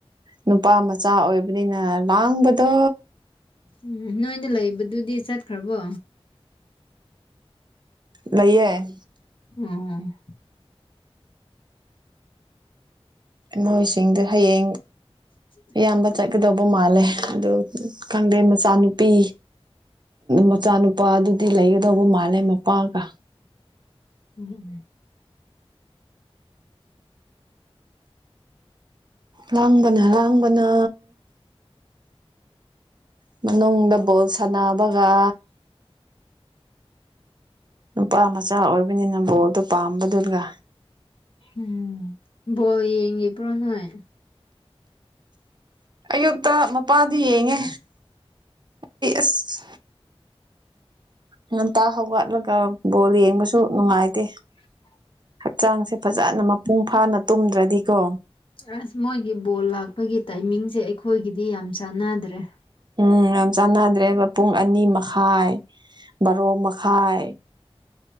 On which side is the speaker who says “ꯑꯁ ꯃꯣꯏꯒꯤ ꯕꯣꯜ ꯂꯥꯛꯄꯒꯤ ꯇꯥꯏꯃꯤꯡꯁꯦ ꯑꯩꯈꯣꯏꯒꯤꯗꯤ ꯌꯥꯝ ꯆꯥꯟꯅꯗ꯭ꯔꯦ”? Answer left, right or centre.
Left